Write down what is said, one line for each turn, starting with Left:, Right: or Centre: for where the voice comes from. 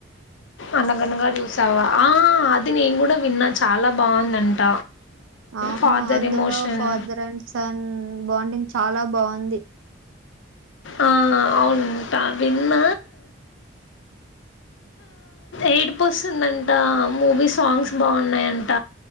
Left: అనగనగా చూసావా ఆ అది నేను కూడా విన్నా చాలా బాగుందంట
Right: అవును
Left: ఫాదర్
Right: అందులో
Left: emotion
Right: father and son bonding చాలా బాగుంది
Left: ఆ అవునుంటా విన్న ఏడిపు వస్తుందంట మూవీ సాంగ్స్ బాగున్నాయంట